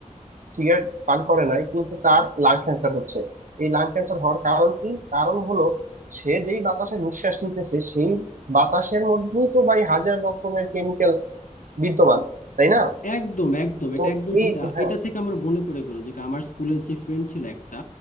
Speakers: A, on the right; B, on the left.
A: সিগারেট পান করে নাই কিন্তু তার লাং ক্যান্সার হচ্ছে এই লাং ক্যান্সার হওয়ার কারণ কি কারণ হলো সে যেই বাতাসে নিঃশ্বাস নিতেছে সেই বাতাসের মধ্যেই তো ভাই হাজার রকমের কেমিক্যাল বিদ্যমান তাই না
B: একদম একদম
A: তো
B: এটা একদম
A: এই
B: সত্যি আ-
A: হ্যাঁ
B: এটা থেকে আমার মনে পড়ে গেল যে আমার স্কুলের যে ফ্রেন্ড ছিল একটা